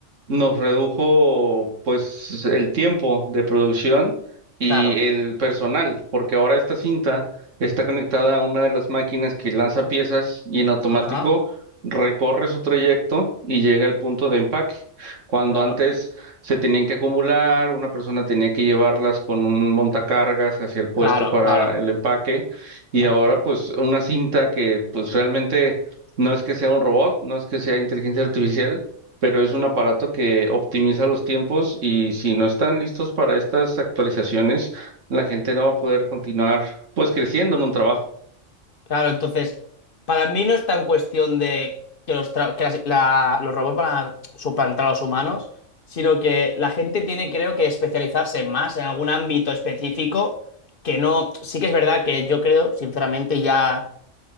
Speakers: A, on the right (about 75°); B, on the left (about 50°).
A: nos redujo pues el tiempo de producción y
B: claro,
A: el personal, porque ahora esta cinta está conectada a una de las máquinas que lanza piezas y en automático
B: ajá,
A: recorre su trayecto y llega al punto de empaque. Cuando
B: claro,
A: antes se tenían que acumular, una persona tenía que llevarlas con un montacargas hacia el puesto
B: claro,
A: para
B: claro,
A: el empaque y
B: exacto.
A: ahora pues una cinta que pues realmente no es que sea un robot, no es que sea inteligencia artificial, pero es un aparato que optimiza los tiempos y si no están listos para estas actualizaciones, la gente no va a poder continuar pues creciendo en un trabajo.
B: Claro, entonces, para mí no está en cuestión de que los, tra- que las- la- los robots van a suplantar a los humanos, sino que la gente tiene, creo que, especializarse más en algún ámbito específico, que no, sí que es verdad que yo creo, sinceramente, ya...